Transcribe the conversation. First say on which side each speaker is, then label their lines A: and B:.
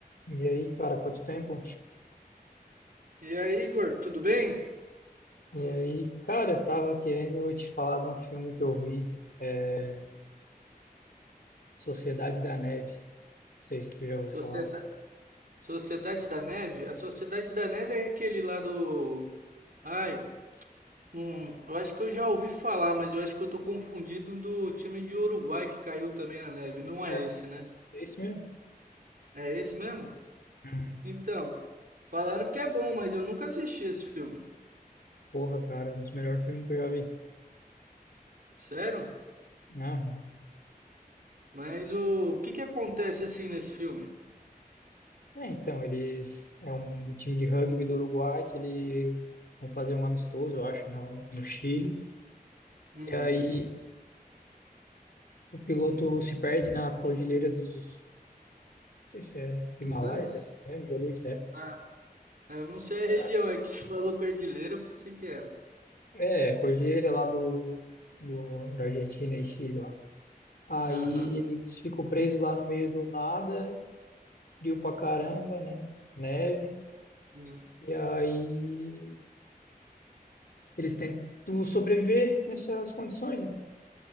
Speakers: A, on the left; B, on the right.
A: E aí, cara, quanto tempo?
B: E aí, Igor, tudo bem?
A: E aí, cara, eu tava querendo te falar de um filme que eu vi, é, Sociedade da Neve. Não sei se tu já ouviu
B: Socieda-
A: falar.
B: Sociedade da Neve? A Sociedade da Neve é aquele lá do. Ai, hum, eu acho que eu já ouvi falar, mas eu acho que eu tô confundido um do time de Uruguai que caiu também na neve. Não
A: É.
B: é esse, né?
A: É esse mesmo?
B: É esse mesmo?
A: Uhum.
B: Então, falaram que é bom, mas eu nunca assisti esse filme.
A: Porra, cara, um dos melhores filmes que eu já vi.
B: Sério?
A: Aham.
B: Mas o que que acontece assim nesse filme?
A: É, então, eles... É um time de rugby do Uruguai que eles vão fazer um amistoso, eu acho, no, no Chile.
B: Uhum.
A: E aí, o piloto se perde na cordilheira dos... Não sei se é Himalaia,
B: Dos Andes?
A: né? Andes ali, se
B: Ah, eu não sei a
A: é.
B: região, é que você <laughs> falou cordilheira, eu pensei que era.
A: É, Cordilheira lá do, do, da Argentina e Chile lá. Aí
B: Aham.
A: eles ficam presos lá no meio do nada, frio pra caramba, né? Neve.
B: Hum.
A: E aí eles tentam sobreviver nessas condições, né?